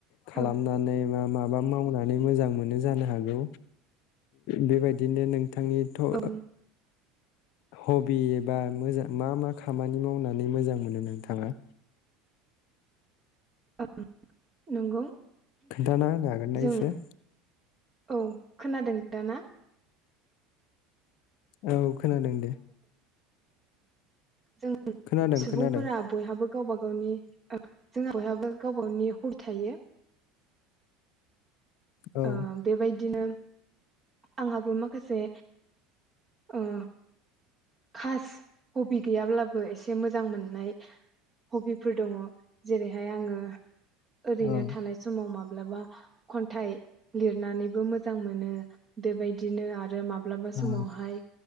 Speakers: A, on the left (about 55°); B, on the right (about 25°).
A: खालामनानै
B: औ
A: मा माबा मावना नै मोजां मोनो जानो हागौ बेबायदिनो नों थांनि थ' ओ
B: औ
A: हबि एबा मोजां मा मा खामानि मावनानै मोजां मोनो नोंथाङा?
B: ओ ओं नंगौ।
A: खोन्थाना होनो हागोनना
B: जों
A: इसे?
B: औ खोनादों दा ना?
A: औ खोनादों दे।
B: जों
A: खोनादों
B: सुबुंफोरा
A: खोनादों
B: बयहाबो गावबा गावनि ओ जोंहा बयहाबो गावबा गावनि हबि थायो।
A: औ
B: ओं बेबायदिनो आंहाबो माखासे ओ खास हबि गैयाब्लाबो एसे मोजां मोननाय हबिफोर दङ जेरैहाय आङो ओरैनो
A: औ
B: थानाय समाव मा ब्लाबा खन्थाय लिरनानैबो मोजां मोनो बेबादिनो आरो माब ब्लाबा
A: औ
B: समावहाय